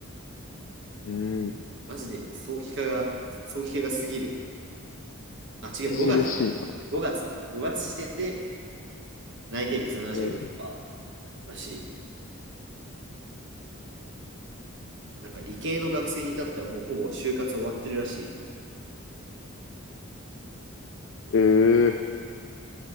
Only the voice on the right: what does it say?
マジで、早期化が、早期化が過ぎる。あ、違う、
5月だ。5月だ。5月時点で内定率76%
らしい。なんか理系の学生に至ってはもうほぼ就活終わってるらしい。